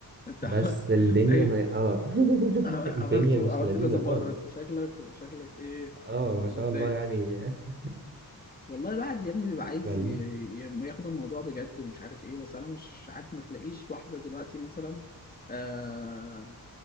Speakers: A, on the left; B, on the right.
A: انت
B: بس
A: عملت
B: الدنيا
A: <laughs> ايوه
B: ما اه <laughs>
A: عمل-
B: الدنيا
A: عملته
B: مش
A: عملته
B: لذيذة
A: كذا
B: خالص
A: مرة انت شكلك وشكلك ايه
B: اه
A: متضايق
B: ما شاء الله يعني <laughs>
A: والله الواحد يا ابني بيبقى عايز
B: فال...
A: ي- ي- ياخد الموضوع بجد ومش عارف ايه بس انا مش عارف ما تلاقيش واحدة دلوقتي مثلا آه